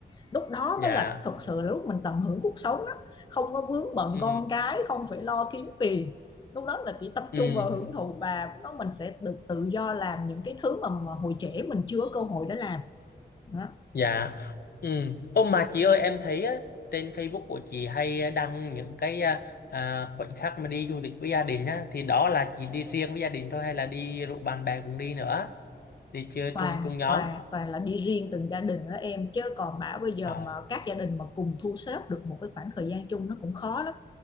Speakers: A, on the left; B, on the left.
A: Lúc đó
B: dạ
A: mới là thật sự là lúc mình tận hưởng cuộc sống đó. Không có vướng bận
B: ừ
A: con cái, không phải lo kiếm tiền lúc đó là chỉ tập
B: ừ
A: trung vào hưởng thụ và nó mình sẽ được tự do làm những cái thứ mà, mà hồi trẻ mình chưa có cơ hội để làm đó.
B: dạ ừ ô mà chị ơi em thấy á, trên Facebook của chị hay đăng những cái à, à, khoảnh khắc mà đi du lịch với gia đình á thì đó là chị đi riêng với gia đình thôi hay là đi rủ bạn bè cùng đi nữa đi chơi
A: toàn
B: chung chung nhóm
A: toàn toàn là đi riêng từng gia đình đó em chứ còn bảo bây giờ
B: à
A: mà các gia đình mà cùng thu xếp được một cái khoảng thời gian chung nó cũng khó lắm